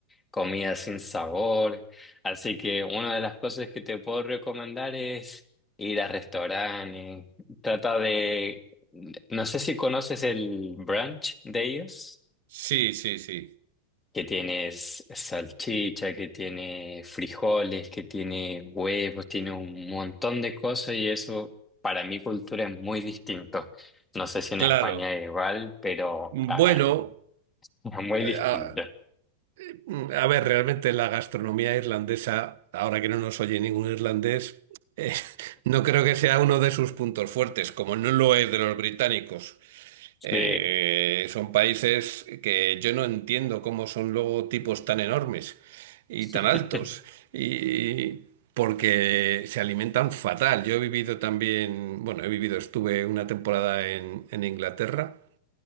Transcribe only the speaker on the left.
comida sin sabor. Así que una de las cosas que te puedo recomendar es ir a restaurantes. Trata de, no sé si conoces el brunch de ellos.
que tienes salchicha, que tiene frijoles, que tiene huevos, tiene un montón de cosas y eso para mi cultura es muy distinto. No sé si en
España es igual, pero
ah, en- es muy
distinto.
Sí,
<laughs>